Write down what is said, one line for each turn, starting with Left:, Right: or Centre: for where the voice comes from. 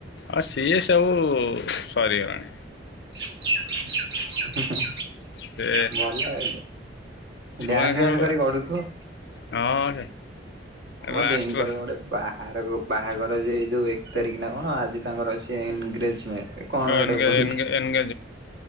Left: ଅ ସିଏ ସବୁ ସରିଗଲାଣି।
Right: <inaudible> ଡ୍ୟାନ୍ସ୍
Left: ସେ
Right: ଫ୍ୟାନ୍ସ୍
Left: ଛୁଆଙ୍କର
Right: କରି ଗଡୁଥୁବ
Left: ହଁ
Right: ମୋ
Left: ଲାଷ୍ଟର
Right: ଦେଇଙ୍କର ଗୋଟେ ବାହାରଗୋଉ ବାହାଘର ଯେ ଯୋଉ ଏକ ତାରିଖ ନା କଣ ଆଜି ତାଙ୍କର ଅଛି ଏନଗ୍ରେଜମେଣ୍ଟ। କଣ ସେଟେ
Left: ଏନଗେଜମେଣ୍ଟ
Right: କୁହନ୍ତି